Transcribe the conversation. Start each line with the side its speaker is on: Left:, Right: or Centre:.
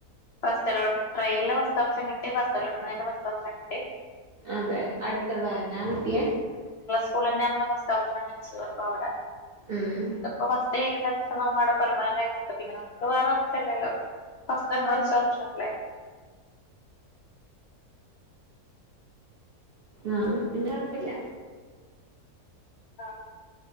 Left: first allot trial first option കിട്ടി ഫസ്റ്റ് അലോട്മെന്റില് ഫസ്റ്റ് ഓപ്ഷൻ കിട്ടി
Right: അതെ അടുത്തുള്ളന്നെ കിട്ടിയെ
Left: സ്കൂൾ തന്നെ നമ്മ ഫസ്റ്റ് ഓപ്ഷൻ വെ അ അവിടെ
Right: ഉം
Left: അപ്പൊസ്റ്റ് <unintelligible> പെർമനന്റ് <unintelligible> നക്കവേറെല്ലോ <unintelligible>
Right: ആഹ പിന്നെ കൊഴപ്പില്ല
Left: ആഹ